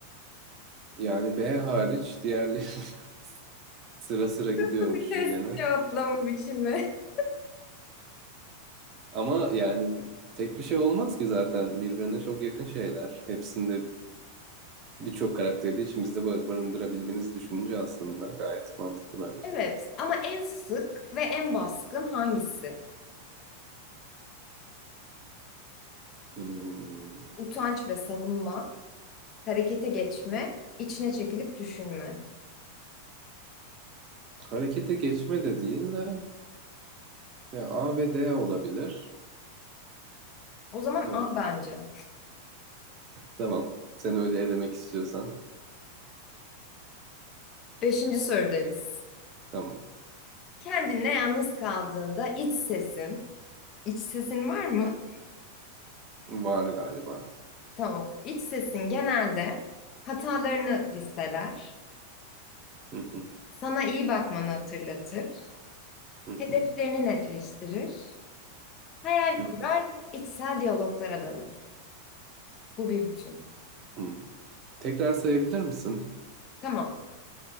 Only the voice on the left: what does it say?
Nasıl bir test
cevaplama biçimi? <laughs>
Evet, ama en sık ve en baskın hangisi?
Utanç ve savunma, harekete geçme, içine çekilip düşünme.
O zaman
A bence.
Beşinci sorudayız.
Kendinle yalnız kaldığında iç sesin, iç sesin var mı?
Tamam. İç sesin genelde hatalarını listeler,
sana iyi bakmanı hatırlatır,
hedeflerini
netleştirir, hayal
kurar, içsel diyaloglara dalar. Bu bir bütün.
Tamam.